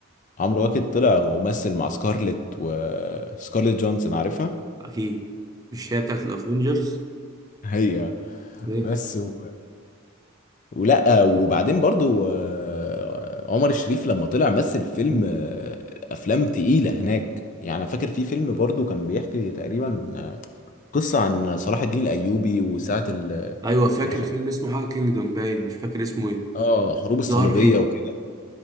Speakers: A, on the left; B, on the right.
A: عمرو واكد طلع ومثل مع سكارلت وسكارلت جونسون عارفها
B: أكيد مش هي بتاعت الأفينجرز
A: هي
B: ليه؟
A: بس و... ولا وبعدين برضو آه، عمر الشريف لما طلع مثل فيلم
B: مم.
A: آه، افلام تقيلة هناك يعني أنا فاكر في فيلم برضو كان بيحكي تقريبا آه، قصة عن صلاح الدين الايوبي وساعة ال-
B: أيوه فاكر
A: الحروب
B: فيلم اسمه حاجة كينجدوم باين مش فاكر اسمه إيه
A: اه حروب الصليبية
B: ظهر فيه
A: وكده